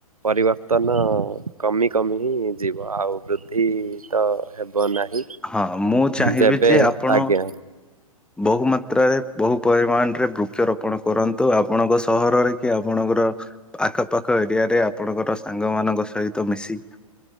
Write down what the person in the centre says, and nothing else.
ହଁ ମୁଁ ଚାହିଁବି
ଯେ ଆପଣ
ବହୁ ମାତ୍ରାରେ ବହୁ ପରିମାଣରେ ବୃକ୍ଷରୋପଣ କରନ୍ତୁ। ଆପଣଙ୍କ ସହରରେ କି ଆପଣଙ୍କର ଆଖପାଖ ଏରିଆ ରେ ଆପଣଙ୍କର ସାଙ୍ଗ ମାନଙ୍କ ସହିତ ମିଶି